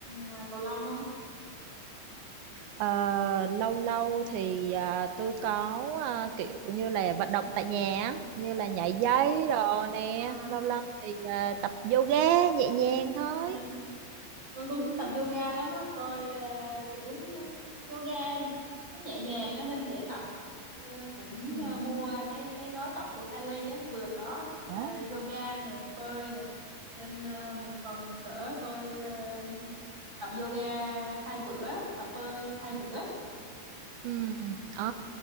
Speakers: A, on the right (about 25°); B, on the right (about 80°).
A: ngoài cầu lông không?
B: Ờ, lâu lâu thì à, tôi có à, kiểu như là vận động tại nhà á, như là nhảy dây đồ nè
A: Ừ.
B: lâu lâu thì à, tập yoga nhẹ nhàng thôi
A: À, tôi cũng
B: ừ
A: thích tập yoga lắm á tôi à, kiểu yoga nó nhẹ nhàng á nên dễ tập Ờ, cũng
B: ừ
A: ờ, mua cái cái gói tập của Cali á vừa có à,
B: Ủa?
A: yoga nè bơi nè nên à, một tuần cỡ tôi à, tập yoga hai bữa tập bơi hai
B: ừ
A: bữa
B: ừ à,